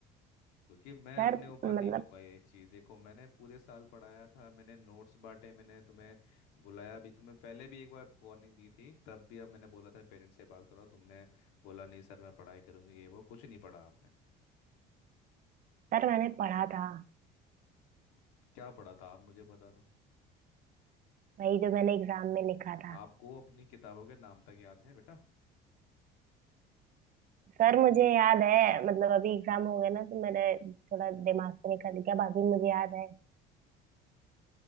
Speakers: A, on the left (about 85°); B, on the right (about 50°).
A: क्योंकि मैं
B: सर
A: अपने ऊपर
B: मतलब
A: नहीं लूंगा ये चीज़ देखो मैंने पूरे साल पढ़ाया था मैंने नोट्स बांटे मैंने तुम्हें बुलाया भी तुम्हें पहले भी एक बार वार्निंग दी थी तब भी अब मैंने बोला था पेरेंट्स से बात करो तुमने बोला नहीं सर मैं पढ़ाई करूंगी ये वो कुछ नहीं पढ़ा आपने
B: सर मैंने पढ़ा था
A: क्या पढ़ा था आप मुझे बता दो
B: वही जो मैंने एग्जाम में लिखा था
A: आपको अपनी किताबों के नाम तक याद है बेटा
B: सर मुझे याद है मतलब अभी एग्जाम हो गया ना तो मेरे थोड़ा दिमाग से निकल गया बाकी मुझे याद है